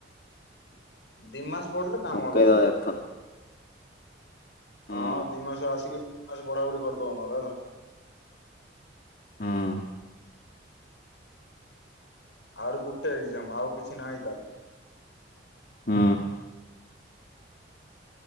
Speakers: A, on the left; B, on the left.
A: ଦି ମାସ ପଢିଲେ କାମ
B: ପକେଇଦବା
A: ଦବ।
B: ଏଥର ହୁଁ
A: ହଁ ଦି ମାସ ଆସିକି ଆଉ ସେ ପଢାପଢ଼ି କରିଦେବ ନହେଲେ ହେଲା।
B: ହୁଁ।
A: ଆହୁରି ଗୋଟେ ଏକ୍ଜାମ ଆଉ କିଛି ନାହିଁ ତାର।
B: ହୁଁ।